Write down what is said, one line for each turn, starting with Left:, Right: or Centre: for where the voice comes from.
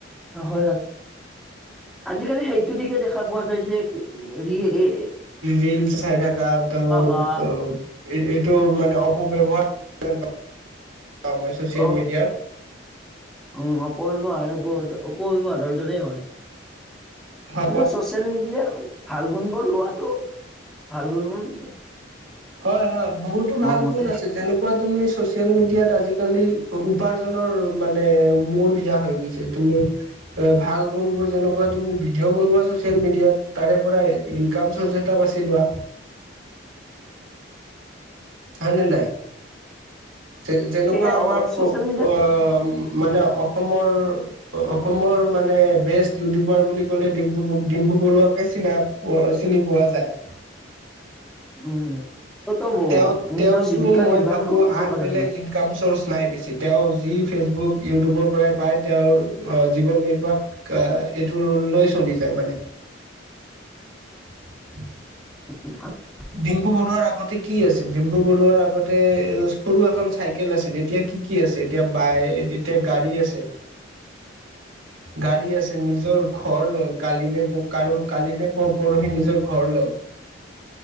Centre: হয় হয় আজিকালি সেইটো দিশে দেখা পোৱা যায় যে ৰি এ
Right: ৰিল চাই থাকা ত
Centre: বা
Right: ত এ এ মে অপব্য়ৱহাৰ মই চচিয়েল
Centre: অ
Right: মিডিয়াৰ
Centre: উম অপব্যৱহাৰ অপব্যৱহাৰৰ দৰে হয় কিন্তু
Right: হয় কোৱা
Centre: চচিয়েল মিডিয়া ভাল গুণবোৰ লোৱাটো ভাল গুণবোৰ
Right: হয় হয় বহুতো
Centre: মোৰ
Right: ভাল
Centre: মতে
Right: গুণ আছে যেনেকুৱা তুমি চচিয়েল মিডিয়াত আজিকালি উপাৰ্জনৰ মানে মূল ইয়া হৈ গৈছে তুমি এ ভাল গুণ বোৰ যেনেকুৱা তুমি ভিডিঅ' বনোৱা চচিয়েল মিডিয়াত তাৰে পৰা ইনকাম চৰ্চ এটা বাছি লোৱা হয় নে নাই যে যেনেকুৱা
Centre: সেয়াই
Right: আমাৰ
Centre: ছচিয়েল
Right: প্ৰ
Centre: মিডিয়াত
Right: অ ম মানে অসমৰ অসমৰ মানে বেষ্ট ইউটিউবাৰ বুলি ক'লে ডিম্পু বু ডিম্প বৰুৱাকে চিনা প চিনি পোৱা যায়
Centre: উম, ত ত
Right: তেওঁ
Centre: নিজৰ
Right: তেওঁৰতো
Centre: জীৱিকা
Right: মই
Centre: নিৰ্বাহে
Right: ভাবো
Centre: কৰি
Right: আন
Centre: থকা
Right: বেলেগ
Centre: দেখা যায়
Right: ইনকাম চৰ্চ নাই বেছি তেওঁ যি ফেচবুক ইউটিউবৰ পৰাই পাই তেওঁৰ জীৱন নিৰ্বাহ এইটো লৈ চলি যায় মানে
Centre: আ <unintelligible>
Right: <unintelligible>
Centre: অ <unintelligible>
Right: ডিম্পু বৰুৱাৰ আগতে কি আছিল ডিম্পু বৰুৱাৰ আগতে সৰু এখন চাইকেল আছিল এতিয়া কি কি কি আছে এতিয়া বাই এতিয়া গাড়ী আছে
Centre: <unintelligible>
Right: গাড়ী আছে নিজৰ ঘ ঘৰ লল কালি নে প কাৰ কালি নে পৰহি নিজৰ ঘৰ ল'ল